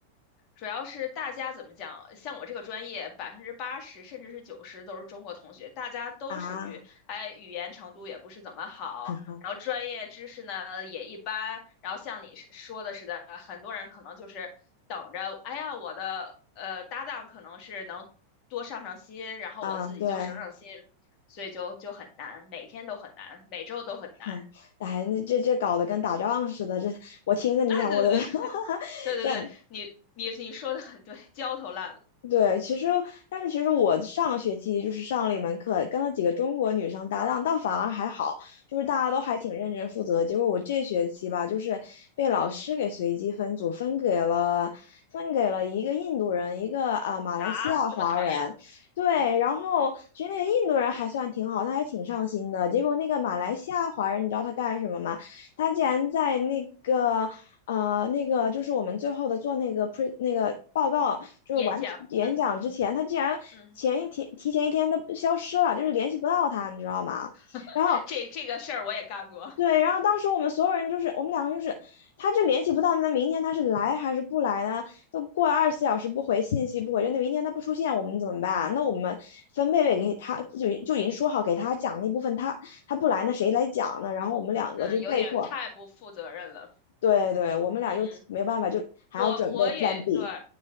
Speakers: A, on the left; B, on the left.
A: 主要是大家怎么讲，像我这个专业，百分之八十甚至是九十都是中国同学，大家都属于，
B: 啊
A: 哎，语言程度也不是怎么好，
B: 嗯
A: 然后专业知识呢也一般，然后像你是说的似的，很多人可能就是等着，哎呀，我的呃搭档可能是能多上上心，然后我自己就省省心，
B: 啊，对，
A: 所以就就很难，每天都很难，每周都很难。
B: 哼，哎，那这这搞得跟打仗似的，这我听着你感我都要
A: 哎，对对对
B: <laughs>
A: 对对对，
B: 这样，
A: 你你你说的很对，焦头烂额
B: 对，其实但是其实我上个学期就是上了一门课，跟了几个中国女生搭档，倒反而还好，就是大家都还挺认真负责。结果我这学期吧，就是被老师给随机分组，分给了分给了一个印度人，一个啊、马来西亚华人。
A: 啊，这么讨厌，
B: 对，
A: 嗯，
B: 然后其实那个印度人还算挺好，他还挺上心的。结果那个马来西亚华人，你知道他干什么吗？他竟然在那个啊、那个就是我们最后的做那个 pre 那个报告，就是完演讲之前，
A: 演讲，嗯
B: 他竟然前一天提前一天都消失了，
A: 嗯，
B: 就是联系不到他，你知道吗？
A: <laughs>
B: 然后
A: 这这个事儿我也干过，
B: 对，然后当时我们所有人就是我们两个就是，他这联系不到，那明天他是来还是不来呢？都过了二十四小时不回信息不回，那明天他不出现，我们怎么办啊？那我们分贝贝给他就就已经说好给他讲那部分，他他不来，那谁来讲呢？然后我们两个就被迫。
A: 嗯，有点太不负责任了，
B: 对对，我们俩又没办法，
A: 嗯。
B: 就还要准备
A: 我我也对，
B: Plan B